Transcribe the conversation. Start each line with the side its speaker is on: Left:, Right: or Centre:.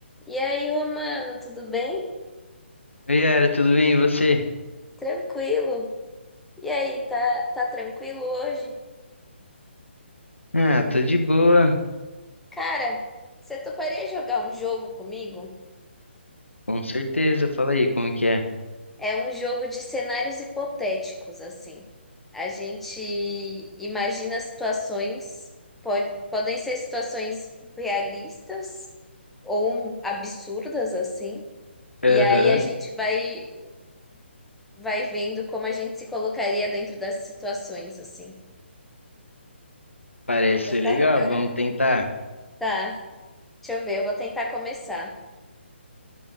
Centre: E aí, Romano, tudo bem?
Left: Oi, Yara, tudo bem? E você?
Centre: Tranquilo. E aí, tá, tá tranquilo hoje?
Left: Ah, tô de boa,
Centre: Cara, você toparia jogar um jogo comigo?
Left: com certeza. Fala aí, como que é?
Centre: É um jogo de cenários hipotéticos, assim. A gente imagina situações, pode, podem ser situações realistas ou absurdas, assim.
Left: Aham,
Centre: E aí a gente vai, vai vendo como a gente se colocaria dentro das situações, assim.
Left: parece
Centre: Você
Left: ser
Centre: sabe
Left: legal,
Centre: jogar?
Left: vamos tentar.
Centre: Tá. Deixa eu ver, eu vou tentar começar.